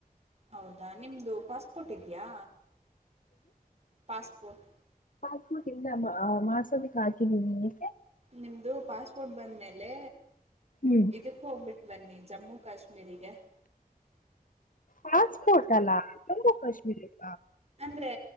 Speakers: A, on the right; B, on the left.
A: ಹೌದಾ ನಿಮದು ಪಾಸ್ಪೋರ್ಟ್ ಇದೆಯಾ ಪಾಸ್ಪೋರ್ಟ್
B: ಸ್ಫುಡ್ ಇಲ್ಲ ಮಾಸದಕ್ ಹಾಕಿದ್ದಿಗೆ
A: ನಿಮ್ಮದು ಪಾಸ್ಪೋರ್ಟ್ ಬಂದಮೇಲೆ
B: ಹ್ಮ್
A: ಇದಕ್ಕೆ ಹೋಗ್ಬಿಟ್ಟು ಬನ್ನಿ ಜಮ್ಮು ಕಾಶ್ಮೀರಿಗೆ
B: ಪಾಸ್ಪೋರ್ಟಲ್ಲ ಜಮ್ಮಮ್ಮು ಕಶ್ಮೀರದ
A: ಅಂದರೆ